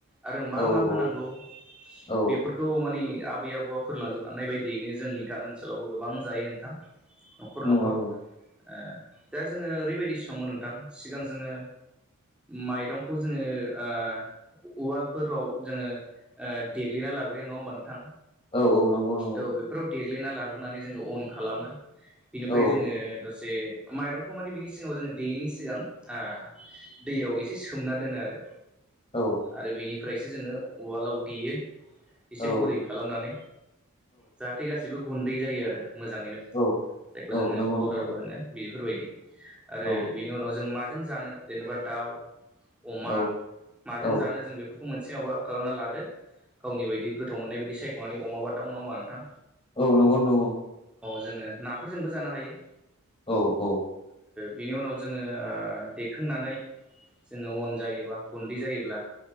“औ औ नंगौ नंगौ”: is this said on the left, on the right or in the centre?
Left